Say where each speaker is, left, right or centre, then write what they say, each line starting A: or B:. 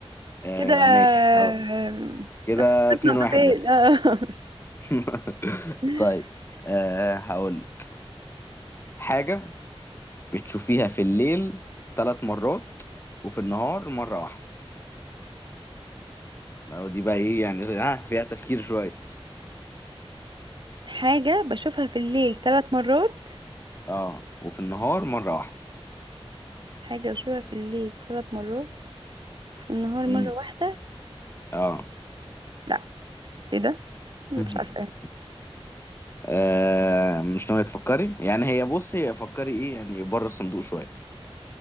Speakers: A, on the left; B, on the right.
A: آه
B: كده <laughs> آه،
A: ماشي هقول. كده اتنين
B: نقطتين
A: واحد لسه
B: آه.
A: <laughs>
B: <laughs>
A: طيب آه هقولك حاجه بتشوفيها في الليل ثلاث مرات وفي النهار مره واحده أو دي بقى ايه يعني ها فيها تفكير شوية
B: حاجه بشوفها في الليل ثلاث مرات
A: اه وفي النهار مرة واحدة
B: حاجه بشوفها في الليل ثلاث مرات وفي النهار مره
A: امم
B: واحده
A: اه
B: لا ايه ده مش
A: <laughs>
B: عارفه
A: آه، مش ناوية تفكري يعني هي بصي فكري ايه يعني بره الصندوق شوية